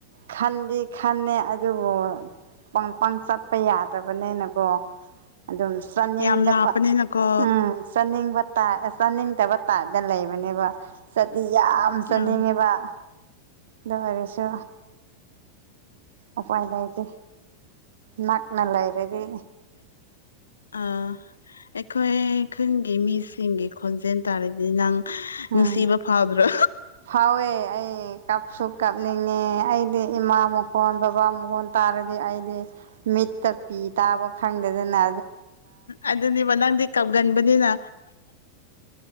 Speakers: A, on the right (about 60°); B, on the left (about 70°).
A: ꯈꯟꯗꯤ ꯈꯟꯅꯦ ꯑ ꯗꯨꯕꯨ ꯄ ꯄꯪ ꯆꯠꯄ ꯌꯥꯗꯕꯅꯤꯅꯀꯣ ꯑꯗꯨꯝ ꯆꯠꯅꯤꯡꯗ
B: ꯌꯥꯝ ꯂꯥꯞꯄꯅꯤꯅꯀꯣ
A: ꯎꯝ ꯆꯥꯅꯤꯡꯕ ꯇꯥ ꯆꯅꯤꯡꯗꯕ ꯇꯥꯗ ꯂꯩꯕꯅꯦꯕ ꯆꯗꯤ ꯌꯥꯝ ꯆꯥꯅꯤꯡꯉꯦꯕ
B: ꯑꯥ
A: ꯗꯨ ꯑꯣꯏꯔꯁꯨ ꯎꯄꯥꯏ ꯂꯩꯇꯦ ꯅꯛꯅ ꯂꯩꯔꯗꯤ
B: ꯑ ꯑꯩꯈꯣꯏ ꯈꯨꯟꯒꯤ ꯃꯤꯁꯤꯡꯒꯤ ꯈꯣꯟꯖꯦꯜ ꯇꯥꯔꯗꯤ ꯅꯪ
A: ꯎꯝ
B: ꯅꯨꯡꯁꯤꯕ ꯐꯥꯎꯗ꯭ꯔꯣ
A: ꯐꯥꯎꯋꯦ ꯑꯩ ꯀꯥꯞꯁꯨ ꯀꯥꯞꯅꯤꯡꯉꯦ ꯑꯩꯗꯤ ꯏꯃꯥ ꯃꯈꯣꯟ ꯕꯕꯥ ꯃꯈꯣꯟ ꯇꯥꯔꯗꯤ ꯑꯩꯗꯤ ꯃꯤꯠꯇ ꯄꯤ ꯇꯥꯕ ꯈꯪꯗꯦꯗꯅ
B: ꯑꯗꯨꯅꯤꯕ ꯅꯪꯗꯤ ꯀꯞꯒꯟꯕꯅꯤꯅ